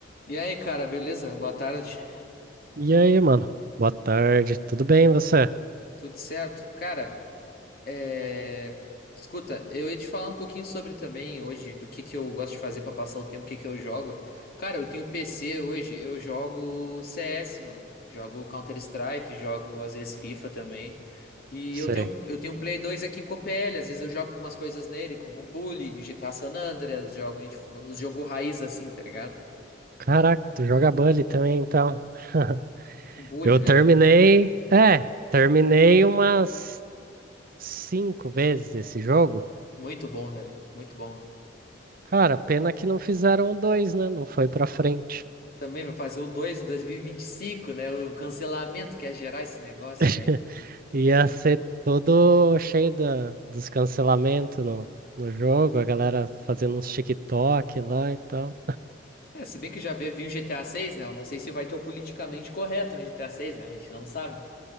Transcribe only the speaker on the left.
E aí, cara, beleza? Boa tarde.
Tudo certo? Cara, é... escuta, eu ia te falar um pouquinho sobre também hoje do que que eu gosto de fazer pra passar o tempo, o que que eu jogo. Cara, eu tenho PC hoje, eu jogo CS, mano. Jogo Counter-Strike, jogo às vezes FIFA também. E
eu tenho, eu tenho um Play 2 aqui com o PL, às vezes eu jogo algumas coisas nele, como Bully, GTA San Andreas, jogo, Need- os jogo raiz assim, tá ligado?
Bully,
né?
Muito bom, velho. Muito bom.
Também vai fazer o 2 em dois mil e e vinte e cinco, né? O cancelamento que ia gerar esse negócio,
velho.
É, se bem que já veio vir o GTA 6, né? Eu não sei se vai ter o politicamente correto no GTA seis, né? A gente não sabe.